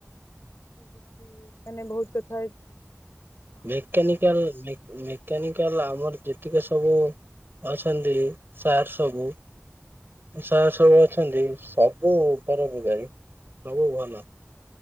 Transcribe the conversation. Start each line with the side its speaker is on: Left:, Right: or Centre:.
Left: କିଏ କିଛି ମାନେ ବୋହୁତ କରିଥାଏ। <inaudible>
Right: ମେକାନିକାଲ୍ ମେ-ମେକାନିକାଲ୍ ଆମର ଯେତିକି ସବୁ ଅଛନ୍ତି। ସାର୍ ସବୁ ସାର୍ ସବୁ ଅଛନ୍ତି ସବୁ ପରଉପକାରୀ ସବୁ ଭଲ।